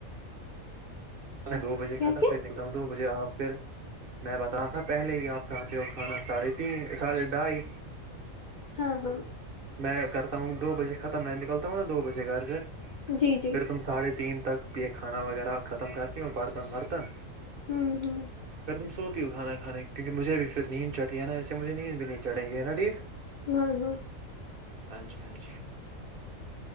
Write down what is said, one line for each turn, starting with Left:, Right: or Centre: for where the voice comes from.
Right: دو بجے
Left: کیا
Right: کھتا
Left: کیا
Right: پھر نکتا ہوں دو بجے آکر میں بتا تھا پہلے ہی آپ کھاتے ہو کھانا ساڑھے تین ساڑھے ڈھائی
Left: ہاں ہاں
Right: میں کرتا ہوں دو بجے ختم میں نکلتا ہوں نا دو بجے گھر سے
Left: جی جی
Right: پھر تم ساڑھے تین تک یہ کھانا وغیرہ ختم کرتی ہو برتن ورتن
Left: ہوں ہوں
Right: پھر تم سوتی ہو کھانا کے مجھے بھی پھر نیند چڑی ہے نا اسے مجھے نید نی چڑیں گے ن ٹھیک
Left: ہاں ہاں
Right: ہاں جی ہاں جی